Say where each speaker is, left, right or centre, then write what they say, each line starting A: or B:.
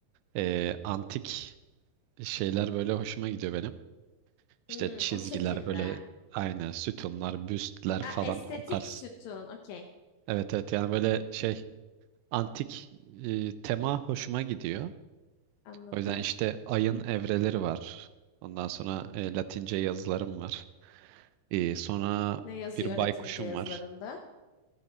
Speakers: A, on the right; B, on the left.
A: e, antik şeyler böyle hoşuma gidiyor benim. İşte
B: Hmm,
A: çizgiler
B: o şekilde.
A: böyle aynı sütunlar, büstler
B: Ha,
A: falan
B: estetik
A: o tarz.
B: sütun. Okey.
A: Evet evet yani böyle şey antik e, tema hoşuma gidiyor.
B: Anladım.
A: O yüzden işte ayın evreleri var. Ondan sonra e, Latince yazılarım var. E, sonra
B: Ne yazıyor
A: bir
B: Latince
A: baykuşum
B: yazılarında?
A: var.